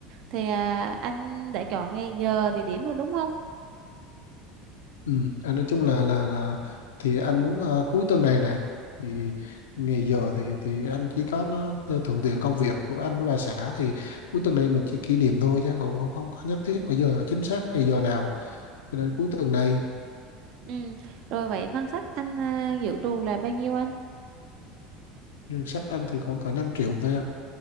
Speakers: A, on the right; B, on the left.
A: Thì à, anh đã chọn ngày giờ địa điểm rồi đúng không?
B: Ừ, anh nói chung là là là thì anh muốn ờ, cuối tuần này này thì ngày giờ thì thì anh chỉ có nó thuận tiện công việc của anh với bà xã thì cuối tuần này mình chỉ kỷ niệm thôi chứ không không không có nhất thiết bây giờ chính xác ngày giờ nào cho nên cuối tuần này
A: Ừ. Rồi vậy ngân sách anh ờ, dự trù là bao nhiêu anh?
B: ngân sách anh thì khoảng cỡ 5 triệu thôi em